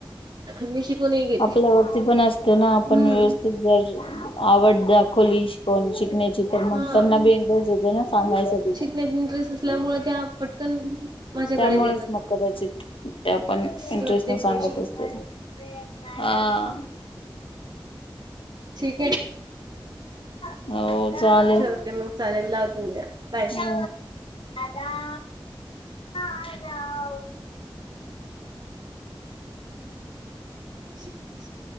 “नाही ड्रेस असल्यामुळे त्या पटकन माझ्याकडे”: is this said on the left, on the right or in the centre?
Right